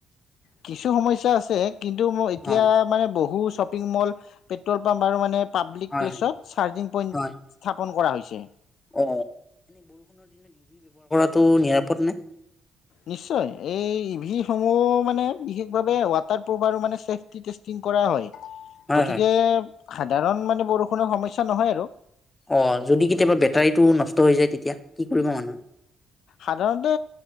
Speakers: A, on the left; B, on the left.
A: কিছু সময় ইচ্ছা আছে কিন্তু এতিয়া
B: অ
A: মানে বহু শ্বপিং মল পেট্ৰল পাম্প আৰু মানে পাব্লিক
B: হয়
A: প্লেছত চাৰ্জিং পইণ্ট
B: হয়
A: স্থাপন কৰা হৈছে।
B: অ তটো নিৰাপদ নাই
A: নিশ্চয় এই ই ভিসমূহ মানে বিশেষভাৱে ৱাটাৰপ্ৰুফ আৰু মানে চেফ টিতেচটিং কৰা হয়
B: হয়
A: গতিকে
B: হয়
A: সাধাৰণ মানে বৰষুণৰ সমস্যা নহয় আৰু
B: অ যদি কেতিয়াবা বেটাৰীটো নষ্ট হৈ যায় তেতিয়া কি কৰিব মানুহে,
A: সাধাৰণতে